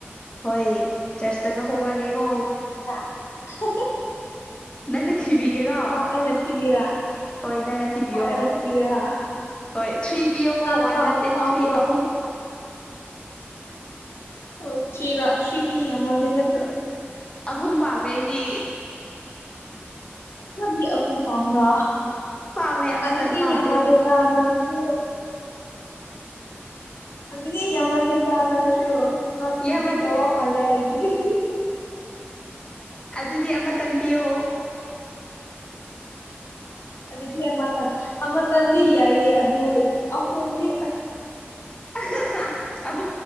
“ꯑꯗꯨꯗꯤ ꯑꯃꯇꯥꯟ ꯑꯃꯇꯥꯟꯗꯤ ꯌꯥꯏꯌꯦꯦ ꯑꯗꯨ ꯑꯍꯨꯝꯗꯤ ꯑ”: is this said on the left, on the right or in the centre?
Left